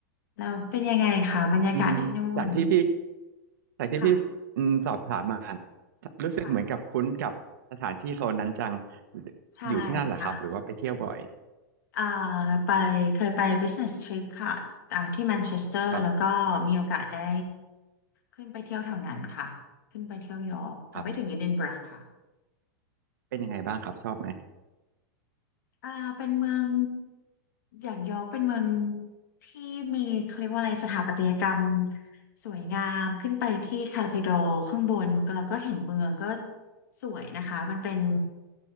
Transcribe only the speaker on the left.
แล้วเป็นยังไงคะบรรยากาศที่นู่น
ค่ะ
ค่ะใช่ค่ะ
เอ่อไปเคยไป business trip ค่ะอ่าที่แมนเชสเตอร์แล้วก็มีโอกาสได้
ขึ้นไปเที่ยวแถวนั้นค่ะขึ้นไปเที่ยวยอร์กแต่ไม่ถึงเอดินบะระค่ะ
อ่าเป็นเมืองอย่างยอร์กเป็นเมืองที่มีเขาเรียกว่าอะไรสถาปัตยกรรมสวยงามขึ้นไปที่คา t ีด r ลข้างบนแล้วก็เห็นเมืองก็สวยนะคะมันเป็น